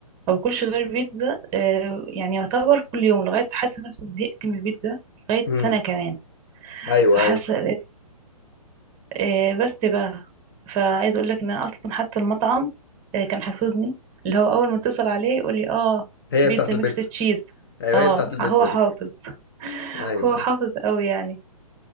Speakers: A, on the right; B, on the left.
A: ما باكلش غير البيتزا آه، يعني يعتبر كل يوم لغاية حاسة نفسي زهقت من البيتزا لغاية
B: امم
A: سنة كمان
B: ايوه
A: فحاسة
B: ايوه
A: آه، بس بقى فعايز اقول لك ان انا اصلا حتى المطعم آه، كان حافظني اللي هو اول ما اتصل عليه يقول لي اه
B: هي
A: بيتزا
B: بتاعت
A: ميكس
B: البيتزا
A: تشيز
B: ايوه
A: اه
B: هي بتاعت البيتزا
A: هو حافظ
B: دي
A: <laughs>
B: ايوه
A: هو حافظ
B: ايوه
A: قوي يعني